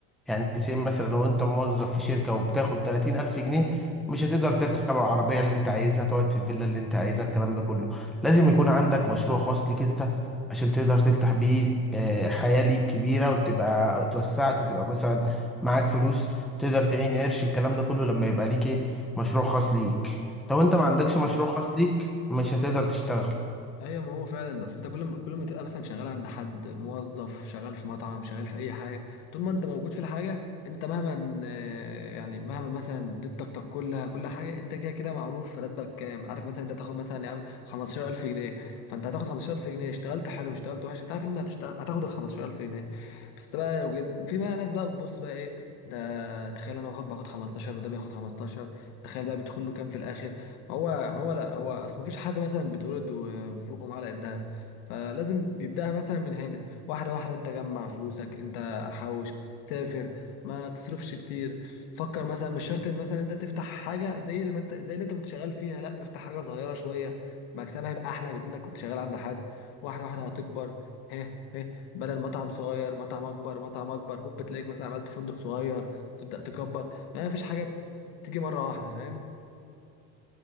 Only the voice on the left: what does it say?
ايوه ما هو فعلا بس انت كل ما كل ما تبقى مثلا شغال عند حد موظف شغال في مطعم شغال في اي حاجه طول ما انت موجود في الحاجه انت مهما آه، يعني مهما مثلا اديت طاقتك كلها كل حاجه انت كده كده معروف راتبك كام عارف مثلا انت هتاخد مثلا يا عم 15000 جنيه فانت هتاخد 15000 جنيه اشتغلت حلو اشتغلت وحش انت عارف ان هتشتغل هتاخد ال 15000 جنيه بس ده بقى لو جد... في بقى ناس بقى بتبص بقى ايه ده تخيل انا باخد باخد 15 وده بياخد 15 تخيل بقى بيدخل له كام في الاخر هو ما هو لا هو اصل مفيش حد مثلا بيتولد وفوقه معلقه دهب فلازم بيبداها مثلا من هنا واحده واحده انت جمع فلوسك انت حوش سافر ما تصرفش كتير فكر مثلا مش شرط ان مثلا انت تفتح حاجه زي اللي ما انت زي اللي انت كنت شغال فيها لا افتح حاجه صغيره شويه مكسبها يبقى احلى من انك كنت شغال عند حد واحده واحده هتكبر هه هه بدل مطعم صغير مطعم اكبر مطعم اكبر هوب تلاقيك مثلا عملت فندق صغير تبدا تكبر ما فيش حاجه بتيجي مره واحده فاهم